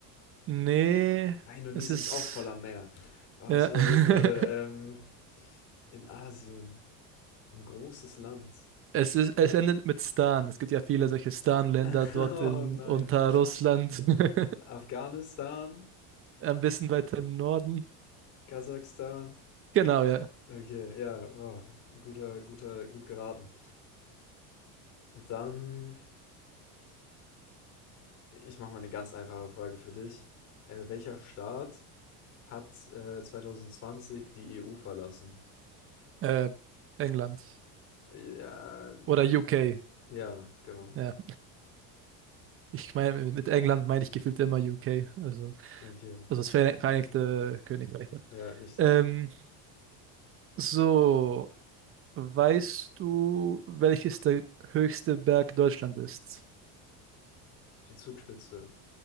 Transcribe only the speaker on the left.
Ah, Indonesien
ist auch voller Meer. Oh,
ich überlege gerade,
ähm, in Asien, ein großes Land.
<laughs>
Oh
nein.
Afghanistan,
Kasachstan.
Okay, ja, oh, guter, guter, gut geraten. Dann, ich mache mal eine ganz einfache Frage für dich. Äh, welcher Staat hat äh, 2020 die EU verlassen?
Ja,
ja, genau.
Okay,
ja, richtig.
Die Zugspitze.